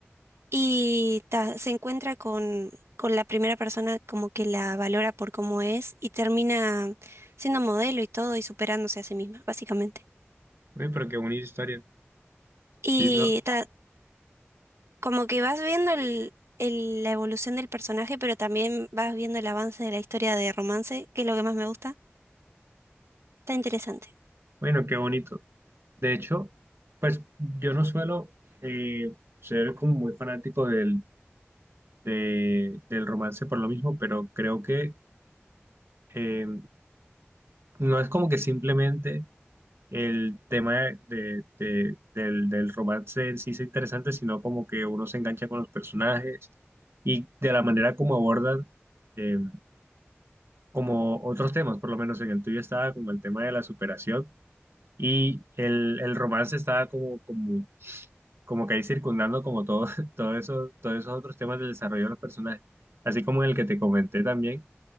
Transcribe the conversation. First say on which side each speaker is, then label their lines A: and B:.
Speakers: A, on the right; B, on the right.
A: Y ta, se encuentra con, con la primera persona como que la valora por cómo es y termina siendo modelo y todo y superándose a sí misma, básicamente.
B: Uy, pero qué bonita historia.
A: Y
B: Sí, no.
A: ta, como que vas viendo el, el- la evolución del personaje, pero también vas viendo el avance de la historia de romance, que es lo que más me gusta. Está interesante.
B: Bueno, qué bonito. De hecho, pues yo no suelo eh, ser como muy fanático del, de- del romance por lo mismo, pero creo que eh, no es como que simplemente el tema de- de- de- del, del romance en sí sea interesante, sino como que uno se engancha con los personajes y de la manera como abordan eh, como otros temas, por lo menos en el tuyo estaba como el tema de la superación y el, el romance estaba como, como, como que ahí circundando como todo, <laughs> todo eso, todos esos otros temas del desarrollo de los personajes, así como en el que te comenté también